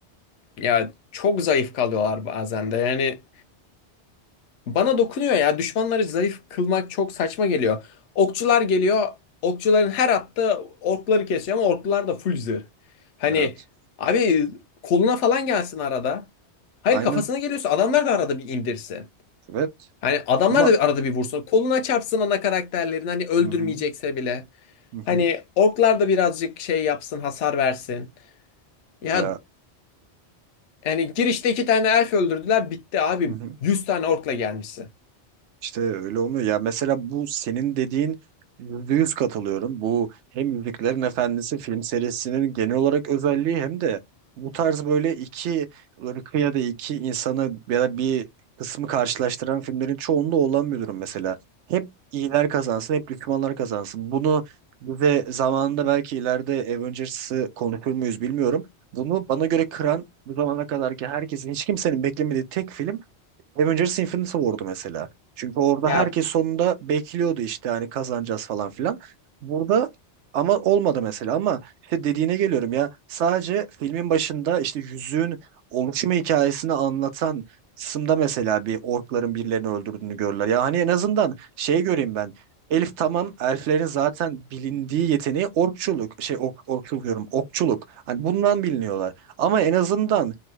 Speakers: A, on the left; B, on the right.
A: ya çok zayıf kalıyorlar bazen de yani bana dokunuyor ya. Düşmanları zayıf kılmak çok saçma geliyor. Okçular geliyor. Okçuların her attığı orkları kesiyor ama orklar da full zırh. Hani
B: Evet.
A: abi koluna falan gelsin arada. Hayır
B: Aynen.
A: kafasına geliyorsa adamlar da arada bir indirsin.
B: Evet.
A: Hani adamlar
B: Ama
A: da bir arada bir vursun. Koluna çarpsın ana karakterlerin hani öldürmeyecekse
B: hı hı.
A: bile.
B: Hı hı.
A: Hani orklar da birazcık şey yapsın, hasar versin. Ya
B: Ya
A: yani girişte iki tane elf öldürdüler, bitti abi.
B: hı hı.
A: 100 tane orkla gelmişsin.
B: İşte öyle olmuyor. Ya mesela bu senin dediğin %100 katılıyorum. Bu hem Yüzüklerin Efendisi film serisinin genel olarak özelliği hem de bu tarz böyle iki ırkı ya da iki insanı ya da bir kısmı karşılaştıran filmlerin çoğunda olan bir durum mesela. Hep iyiler kazansın, hep düşmanlar kazansın. Bunu ve zamanında belki ileride Avengers'ı konuşur muyuz bilmiyorum. Bunu bana göre kıran bu zamana kadarki herkesin hiç kimsenin beklemediği tek film Avengers Infinity War'du mesela. Çünkü orada
A: Ya
B: herkes sonunda bekliyordu işte hani kazanacağız falan filan. Burada ama olmadı mesela ama işte dediğine geliyorum ya sadece filmin başında işte yüzüğün oluşumu hikayesini anlatan kısımda mesela bir orkların birilerini öldürdüğünü görürler. Ya hani en azından şey göreyim ben. Elif tamam elflerin zaten bilindiği yeteneği orkçuluk şey ok, orkçuluk diyorum okçuluk. Hani bundan biliniyorlar. Ama en azından